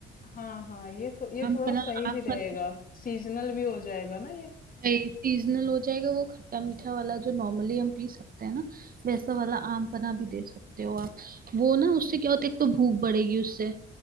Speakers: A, on the left; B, on the right.
A: हाँ हाँ ये तो ये
B: हम
A: थोड़ा
B: पना
A: सही
B: आप
A: भी रहेगा
B: पना
A: सीजनल भी हो जाएगा ना ये
B: सीजनल हो जाएगा वो खट्टा मीठा वाला जो नॉर्मली हम पी सकते हैं ना वैसा वाला आम पना भी दे सकते हो आप वो ना उससे क्या होता है एक तो भूख बढ़ेगी उससे